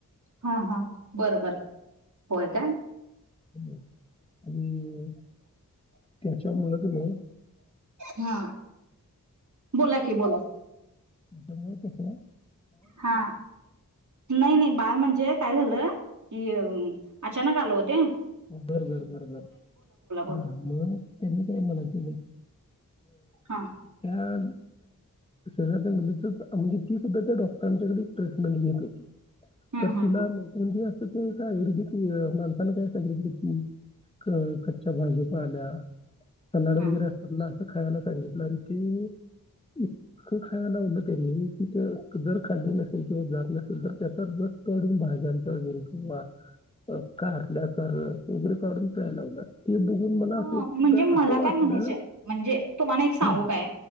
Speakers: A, on the right; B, on the left.
A: हा हा बरोबर होय काय
B: <unintelligible> त्याच्यामुळ की नाही
A: हा बोला कि बोला
B: त्यामुळे तिकडं
A: हा नाही नाही बाळ म्हणजे काय झालं की अचानक आल ओ ते
B: बरबर बरबर
A: बोला
B: हा मग त्यांनी काही म्हणात
A: हा
B: त्या शेजारच्या मुलीची म्हणजे ती सुद्धा त्या डॉक्टरांच्याकडे ट्रीटमेंट घेत होती
A: हम्म
B: तर
A: हम्म
B: तिला
A: हम्म
B: तर ते आयुर्वेदिक माणसांना काय तील कच्च्या भाजी पाल्या कनड वगैरे
A: हम्म
B: असतात खायला सांगितलं आणि ते इतकं खायला लावलं त्यांनी कि ते जर खाल्ली नसेल किंवा जात नसेल तर त्याचा रस काढून भाज्यातला किंवा कारल्या वगरे काढून प्याला लावला बघून मला
A: हो
B: असं एकदा
A: म्हणजे मला
B: असं वाटलं
A: काय म्हणायच म्हणजे तुम्हाला एक सांगू
B: हं,
A: काय